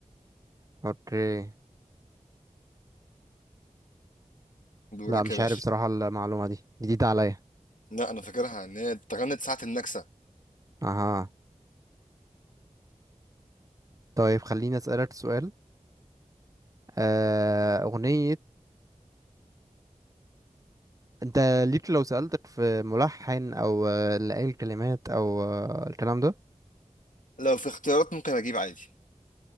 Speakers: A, on the right; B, on the left.
A: اوكي
B: دورك
A: لا مش
B: يا باشا
A: عارف صراحة المعلومة دي جديدة عليا
B: لا انا فاكرها ان هي اتغنت ساعة النكسة
A: اها طيب خليني اسألك سؤال آه، أغنية انت ليك لو سألتك في ملحن او آه، اللي قايل الكلمات او آه، الكلام ده
B: لو في اختيارات ممكن اجيب عادي